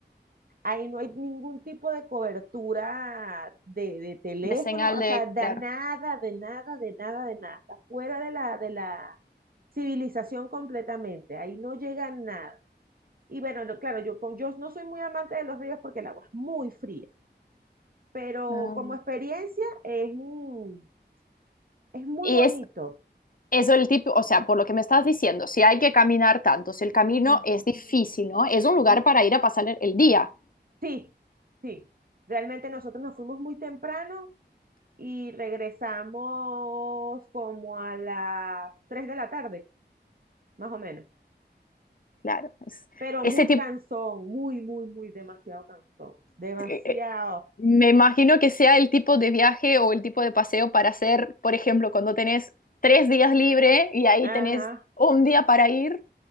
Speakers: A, on the right (about 55°); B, on the left (about 50°).
A: Ahí no hay ningún tipo de cobertura de, de teléfono,
B: De señal
A: o
B: de,
A: sea, de
B: claro.
A: nada, de nada, de nada, de nada. Está fuera de la, de la civilización completamente. Ahí no llega nada. Y bueno, lo- claro, yo, con, yo no soy muy amante de los ríos porque el agua es muy fría, pero
B: Ah.
A: como experiencia es, un- es muy
B: Y
A: bonito.
B: es eso el tipo, o sea, por lo que me estás diciendo, si hay que caminar tanto, si el camino
A: Ujú,
B: es difícil, ¿no? Es
A: ujú.
B: un lugar para ir a pasar el, el día.
A: Sí, sí. Realmente nosotros nos fuimos muy temprano y regresamos como a las 3 de la tarde, más o menos.
B: Claro, es-
A: Pero
B: Ese
A: muy
B: tipo,
A: cansón, muy, muy, muy demasiado cansón. Demasiado.
B: eh, eh, me imagino que sea el tipo de viaje o el tipo de paseo para hacer, por ejemplo, cuando tenés tres días libre y ahí
A: Ajá,
B: tenés un día para ir,